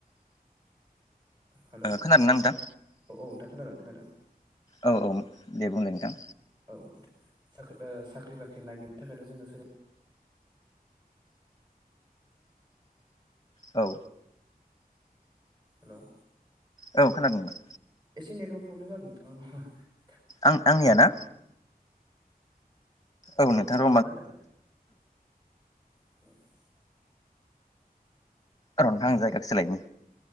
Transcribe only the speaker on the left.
खोनादोंना नोंथां?
औ औ दे बुंलाय नोंथां
औ
औ खोनादोंमोन।
आं आंनिया ना औ नोंथां र
र' नोंथां आं जायगा सोलायनि